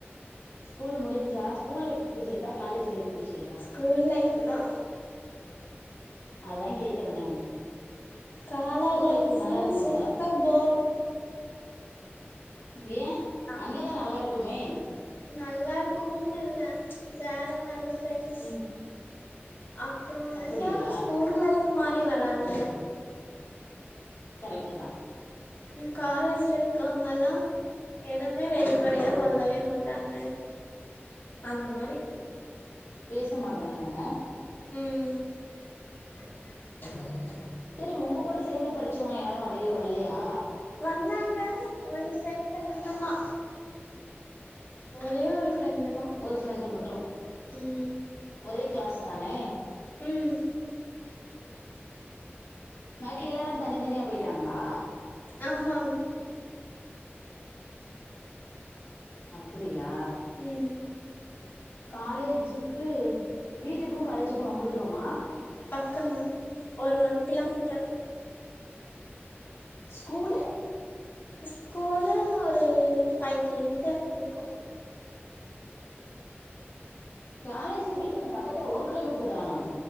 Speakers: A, on the left; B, on the left.
A: ஸ்கூல் முடிஞ்ச்சா ஸ்கூல் லைஃப் புடிச்சிருக்கா காலேஜ் லைஃப் புடிச்சிருக்கா
B: ஸ்கூல் லைஃப் தா
A: அதா கேக்குற நானு
B: கால்லா
A: ஸ்கூல்
B: லைஃப்பு
A: லைஃப் நல்லா இருக்கும்ல
B: சுத்த போர்
A: ஏ
B: ஆ
A: அங்கதா நல்லா இருக்குமே
B: நல்லா இருக்குன் இல்ல வேற வேற ஃப்ரெண்ட்ஸ்
A: ம்
B: அப்றோ
A: அப்படியா
B: இருந்தாலு ஸ்கூல் லைஃப் மாரி வராதுல்ல
A: கரெக்ட்டு தா
B: ம் காலேஜ்ல இருக்கவுங்கல்லா எதுமே வெளிப்படையா சொல்லவே மாட்டாங்க அந்த மாரி
A: பேச மாட்றாங்கக
B: ம்
A: சேரி உங்க கூட சேர்ந்து படிச்சவுங்க யாரு அப்டி வல்லையா
B: வந்தாங்க ஒரு ஃப்ரெண்ட்டு மட்டுந்தா ஒரே ஒரு ஃப்ரெண்டு தா
A: ஒரு ஃப்ரெண்டு மட்டு
B: ம்
A: ஒரே கிளாஸ் தானே
B: ம்
A: பாக்கி எல்லாரு தனித்தனியா போயிட்டாங்ளா
B: ஆமாங்
A: அப்புடியா
B: ம்
A: காலேஜிக்கு வீட்டுக்கு காலேஜிக்கு ரொம்ப தூரமா
B: பக்கம் தா ஒரு ஒன் கிலோமீட்டர்
A: ஸ்கூலு
B: ஸ்கூலு ஒரு ஃபைவ் கிலோமீட்டர் இருக்கு
A: காலேஜி வீட்டுக்கு பக்கத்துல ஒரு கிலோ மீட்டர் தானா